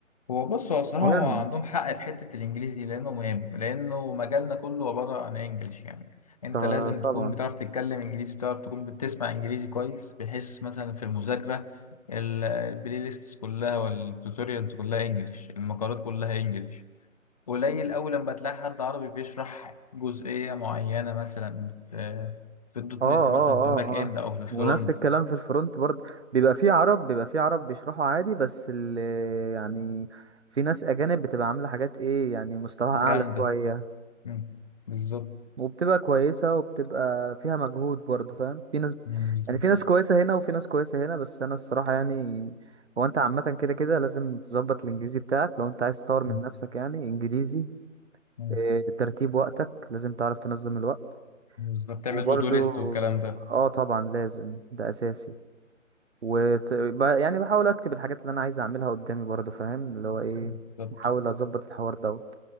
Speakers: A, on the left (about 30°); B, on the right (about 55°).
A: هو بص هو الصراحه
B: مهم
A: هو عندهم حق في حته الانجليزي دي لانه مهم لانه مجالنا كله عباره عن انجلش يعني انت
B: ط-
A: لازم
B: طبعا
A: تكون بتعرف تتكلم انجليزي بتعرف تكون بتسمع انجليزي كويس بحيث مثلا في المذاكره ال- البلاي ليست كلها والتوتوريالز كلها انجلش المقالات كلها انجلش قليل أوي لما تلاقي حد عربي بيشرح جزئية معينة مثلا في في الدوت
B: اه اه
A: نت مثلا في
B: اه
A: الباك إند
B: اه
A: أو في الفرونت
B: ونفس الكلام في الفرونت برضه بيبقى فيه عرب بيبقى فيه عرب بيشرحوا عادي بس اللي يعني في ناس اجانب بتبقى عامله حاجات ايه يعني مستواها
A: جامدة
B: اعلى شويه
A: مم. بالظبط
B: وبتبقى كويسه وبتبقى فيها مجهود برضه فاهم في ناس
A: مم. بالظبط
B: يعني في ناس كويسه هنا وفي ناس كويسه هنا بس انا الصراحه يعني هو انت عامه كده كده لازم تظبط الانجليزي بتاعك لو انت عايز تطور من
A: مم.
B: نفسك يعني انجليزي
A: مم.
B: إيه، ترتيب وقتك لازم تعرف تنظم الوقت
A: بالظبط تعمل
B: وبرضو
A: دو دو ليست والكلام ده
B: اه طبعا لازم ده اساسي وت... ب- يعني بحاول اكتب الحاجات اللي انا عايز اعملها قدامي برضو فاهم اللي هو ايه
A: بالظبط
B: بحاول اظبط الحوار دوت